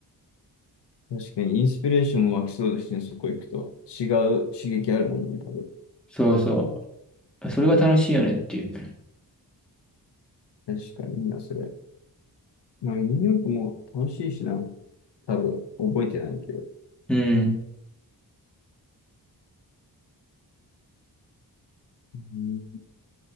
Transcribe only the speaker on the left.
確かに、インスピレーションも湧きそうですね、そこ行くと。違う刺激あるもんね、多分。
確かにいいな、それ。まあ、ニューヨークも楽しいしな。多分、覚えてないけど。
うん、